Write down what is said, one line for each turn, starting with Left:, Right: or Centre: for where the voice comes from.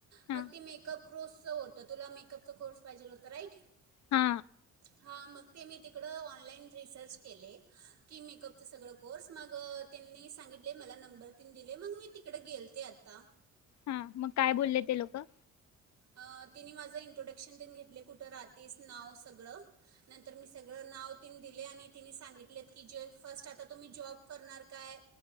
Left: हा
Right: मग ते मेकअप क्रोसच होत तुला मेकअपचा कोर्स पाहिजे होता राईट
Left: हा
Right: हा मग ते मी तिकडं ऑनलाईन रिसर्च केले की मेकअपचं सगळं कोर्स मग त्यांनी सांगितले मला नंबर दिले मग मी तिकडे गेलते आता
Left: हा मग काय बोलले ते लोकं
Right: अ तिने माझं इंट्रोडक्शन त घेतले कुठं रातीस नाव सगळं नंतर मी सगळं नाव तिने दिले आणि तिने सांगितलेत की जे फर्स्ट आता तुम्ही जॉब करणार काय